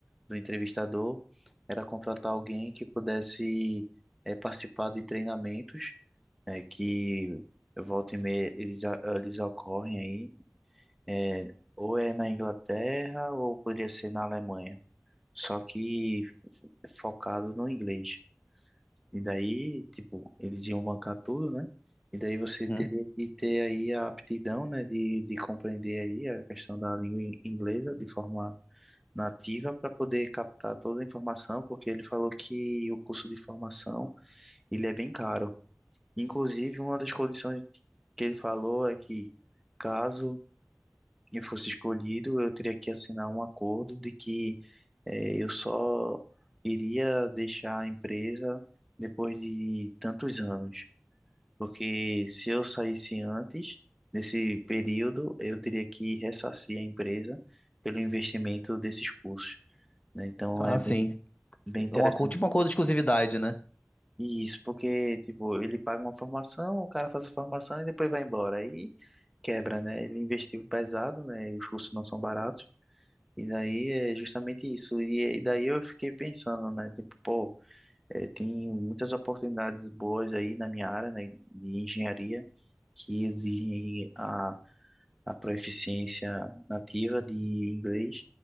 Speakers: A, in the centre; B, on the left (about 30°).
A: do entrevistador era contratar alguém que pudesse é, participar de treinamentos é, que volta e meia eles, a- eles ocorrem aí, é, ou é na Inglaterra ou poderia ser na Alemanha, só que focado no inglês. E daí, tipo, eles iam bancar tudo, né? E daí você
B: Hum.
A: teria que ter aí a aptidão, né, de, de compreender aí a questão da língua in- inglesa de forma nativa para poder captar toda a informação, porque ele falou que o curso de formação, ele é bem caro. Inclusive, uma das condições que ele falou é que, caso eu fosse escolhido, eu teria que assinar um acordo de que eh, eu só iria deixar a empresa depois de tantos anos. Porque se eu saísse antes desse período, eu teria que ressarcir a empresa pelo investimento desses custos, né? Então,
B: Ah,
A: é bem,
B: sim.
A: bem
B: É
A: interessante.
B: Uma, co- tipo uma coisa de exclusividade, né?
A: Isso, porque, tipo, ele paga uma formação, o cara faz a formação e depois vai embora. Aí quebra, né? Ele investiu pesado, né? E os cursos não são baratos. E daí é justamente isso. E, e daí eu fiquei pensando, né? Tipo, pô, é, tem muitas oportunidades boas aí na minha área, né? De engenharia, que exigem a, a proficiência nativa de inglês.